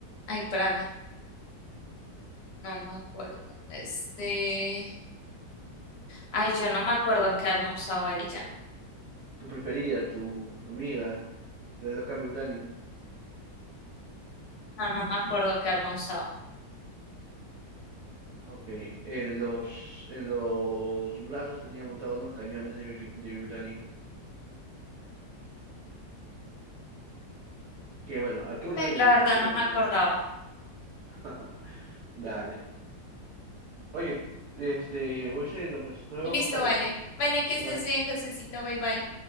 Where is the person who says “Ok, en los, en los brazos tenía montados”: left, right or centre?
Right